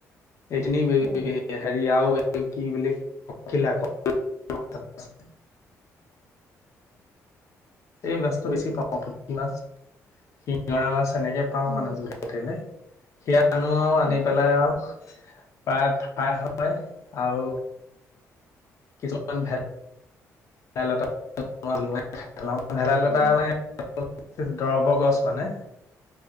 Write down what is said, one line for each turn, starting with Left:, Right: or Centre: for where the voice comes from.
Left: এইখিনি হেৰি
Right: হয়
Left: আৰু এই কি বুলে কুকিলা স <unintelligible> এই মাছটো বেছি পাওঁ। পুঠি মাছ শিঙৰা মাছ এনেকে
Right: উম
Left: পাও মানে জাল পাতিলে সেয়া আনো আৰু আনি
Right: হয়
Left: পেলাই আৰু প্ৰায় ফ্ৰাই হয় আৰু কিছুমান ভে ভেদাইলতা ভেদাইলতা
Right: অ
Left: মানে দৰৱৰ গছ মানে